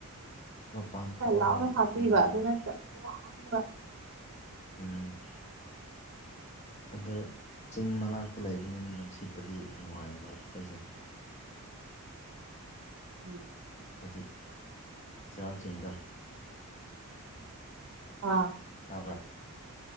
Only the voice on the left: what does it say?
ꯃꯄꯥꯟ ꯊꯣꯛꯑꯒ
ꯌꯥꯝ
ꯏꯪꯕꯅꯤꯅꯦ
ꯎꯝ
ꯑꯗꯣ ꯆꯤꯡ ꯃꯅꯥꯛꯇ ꯂꯩꯕꯅꯤꯅ ꯅꯨꯡꯁꯤꯠꯄꯨꯗꯤ ꯅꯨꯡꯉꯥꯏꯕ ꯑꯩꯈꯣꯏꯁꯦ
ꯍꯧꯖꯤꯛ ꯆꯩꯔꯥꯎ ꯆꯤꯡꯗꯣ
ꯇꯥꯕ꯭ꯔꯥ